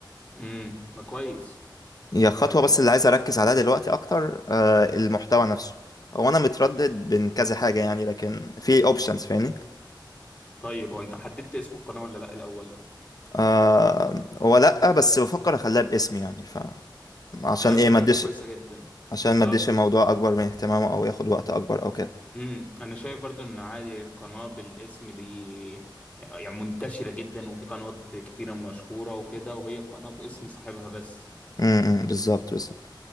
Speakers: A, on the left; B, on the left.
A: امم ما كويس
B: هي خطوة
A: طب
B: بس اللي عايز اركز عليها دلوقتي اكتر آه المحتوى نفسه هو انا متردد بين كذا حاجة يعني لكن في اوبشنز فاهمني
A: طيب هو انت حددت اسم القناه ولا لا الاول
B: آه هو لا بس بفكر اخليها باسمي يعني ف عشان
A: والله
B: ايه
A: ده
B: ما
A: فكره
B: اديش
A: كويسه جدا
B: عشان
A: بالظبط
B: ما اديش الموضوع اكبر من اهتمامه او ياخد وقت اكبر او كده
A: امم انا شايف برضو ان عادي القناه بالاسم دي آه، يعني منتشره جدا وفي قنوات كتيره مشهوره وكده وهي قناه باسم صاحبها بس
B: امم بالظبط بالظبط